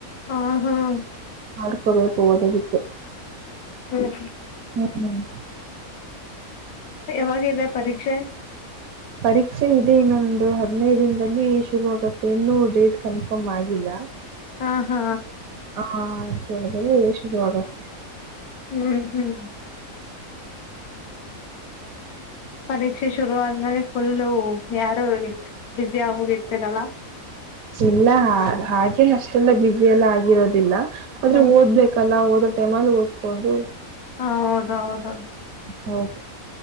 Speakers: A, on the left (about 80°); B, on the right (about 75°).
A: ಹ ಹಾ
B: ಮಾಡಡ್ಕೋಬೇಕು ಓದದಿಕ್ಕೆ
A: ಹ
B: ಹ್ಮ್ ಹ್ಮ್
A: ಯಾವಾಗಿದೆ ಪರೀಕ್ಷೆ
B: ಪರೀಕ್ಷೆ ಇದೆ ಇನ್ನೊಂದು ಹದ್ನೈದು ದಿನದಲ್ಲಿ ಶುರು ಆಗುತ್ತೆ ಇನ್ನು ಹ ಡೇಟ್ ಕನ್ಫರ್ಮ್ ಆಗಿಲ್ಲ
A: ಹಾ ಹಾ
B: ಹಾದು ಶುರುವಾಗತ್ತೆ
A: ಹ್ಮ್ ಹ್ಮ್ ಪರೀಕ್ಷೆ ಶುರು ಆದ್ಮೇಲೆ ಫುಲ್ಲು ಯಾರು ಬ್ಯುಸಿ ಆಗೋಗಿರ್ತರಲ್ಲ
B: ಇಲ್ಲ ಹಾಗೇನು ಅಷ್ಟೆಲ್ಲ ಬಿಸಿ ಎಲ್ಲ ಇರೋದಿಲ್ಲ ಆದ್ರೆ
A: ಹ್ಮ್
B: ಓದ್ಬೇಕಲ್ಲ ಓದ ಟೆಮಲ್ಲಿ ಓದಕೊಂಡು
A: ಹ ಹೌದ ಹೌದೌದು
B: ಹೌದು